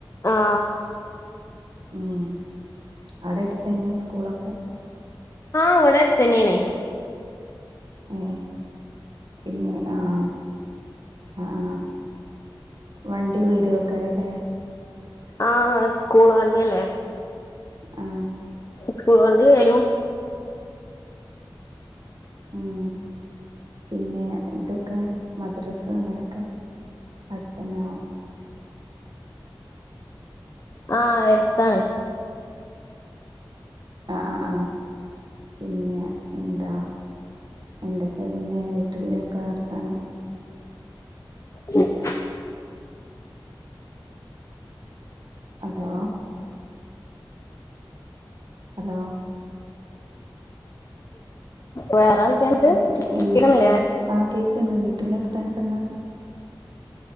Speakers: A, on the left; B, on the right.
A: ആ
B: ഉം ആടെ അടുത്തന്നെ സ്കൂളൊക്കെ
A: ആഹ് വടെ അടുത്തന്നെണ്.
B: ഏ <unintelligible> ആഹ ആഹ ആഹ് <unintelligible> വരൊക്കാരം ലേ
A: ആഹ സ്കൂൾ വണ്ടില്ലേ.
B: ആഹ
A: സ്കൂൾ വണ്ടി വരും.
B: ഉം പിന്നെ ഇതൊക്കെ മദ്രസ് അങ്ങനെയൊക്കെ അടുത്ത തന്നെയാണോ
A: ആഹ എടുത്തണേ
B: ആ ആ ആ പിന്നെ ന്താ എന്തൊക്കെയ പിന്നെ വീട്ടിലൊക്കെ വർത്താനം.
A: <inaudible>
B: ഹലോ ഹലോ
A: വേറെ ആൾക്കാരുണ്ട്
B: <unintelligible> വീട്ടില്
A: കിടന്നില്ലേ
B: ആ കേക്ക്ണ്ട് വീട്ടില വർത്താനൊക്കെ എന്താ